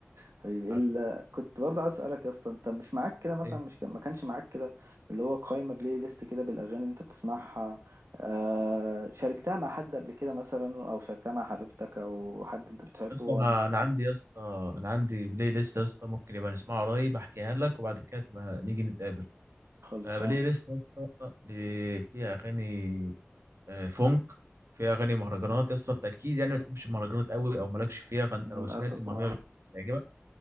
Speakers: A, on the right; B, on the right.
A: حبيبي
B: <laughs>
A: ال... كنت برضه عايز اسالك يا اسطى انت مش معاك كده مثلا
B: يا
A: مش كان... ما كانش معاك كده اللي هو قائمه بلاي ليست كده بالاغاني اللي انت بتسمعها آه... شاركتها مع حد قبل كده مثلا او شاركتها مع حبيبتك او حد انت بتحبه
B: اسطى
A: ولا
B: انا انا عندي يا اسطى انا عندي بلاي ليست يا اسطى ممكن يبقى نسمعها قريب احكيها لك وبعد كده تبقى نيجي نتقابل
A: خلصان
B: فبلاي ليست يا اسطى ب- فيها اغاني آه، فونك فيها اغاني مهرجانات اصلا انت اكيد يعني ما بتحبش المهرجانات قوي او مالكش فيها فانت
A: للاسف
B: لو سمعت المهرجان
A: اه
B: هيعجبك